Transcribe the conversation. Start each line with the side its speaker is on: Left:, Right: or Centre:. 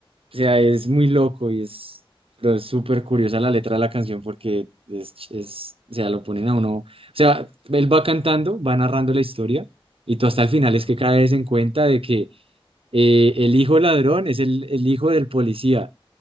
Right: O sea, es muy loco y es, pero es súper curiosa la letra de la canción porque es, es, o sea, lo ponen a uno. O sea, él va cantando, va narrando la historia y
Left: Sí,
Right: tú hasta
Left: sí,
Right: el final
Left: claro,
Right: es que
Left: sí,
Right: caes
Left: sí.
Right: en cuenta de que eh, el hijo ladrón es el, el hijo del policía